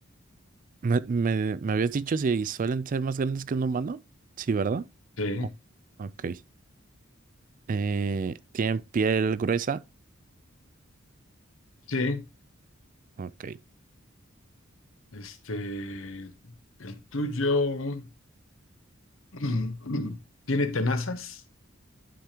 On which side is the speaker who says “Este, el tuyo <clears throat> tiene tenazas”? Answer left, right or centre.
Left